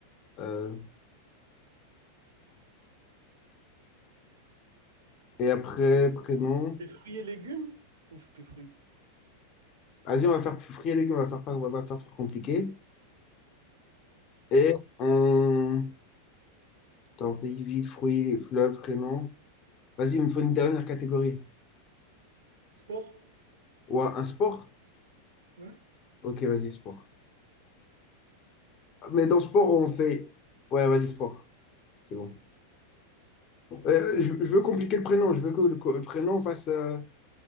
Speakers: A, on the left; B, on the right.
A: euh, et après, prénom.
B: Et fruits et légumes? Ouf, que fruits.
A: Vas-y, on va faire fruits et légumes, on va faire pas, on va pas faire compliqué. Et
B: Ok.
A: on. Attends, pays, ville, fruits, fleuve, prénom. Vas-y, il me faut une dernière catégorie.
B: Sport?
A: Ou un un sport?
B: Ouais.
A: Ok, vas-y, sport. Mais dans sport, on fait. Ouais, vas-y, sport. C'est bon. Euh, je, je veux compliquer le prénom. Je veux que le, que le prénom fasse. euh,